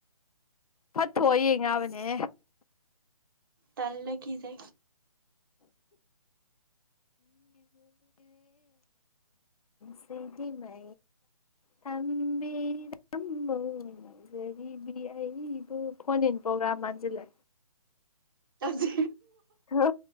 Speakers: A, on the left (about 75°); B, on the right (about 35°).
A: ꯐꯠꯇꯣꯛꯑꯣ ꯌꯦꯡꯉꯕꯅꯦ
B: ꯇꯥꯏ ꯂ ꯀꯖ
A: ꯁꯤ ꯃ ꯊꯝꯕꯤꯔꯖꯔꯤꯕꯨ ꯐꯅꯟ ꯄꯣꯒ꯭ꯔꯥ ꯃꯥꯟꯖꯂ
B: ꯆꯗ
A: ꯍ